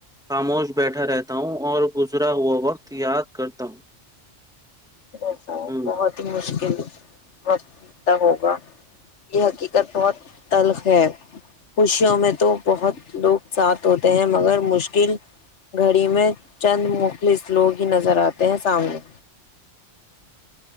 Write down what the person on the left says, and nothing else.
بسا
بہت ہی مشکل ہے وقت ہوگا یہ ہکی بہت تلخ ہے خوشیوں میں تو بہت لوگ ساتھ ہوتے ہیں مگر مشکل گھڑی میں چند مخلص لوگ ہی نظر آتے ہیں سامنے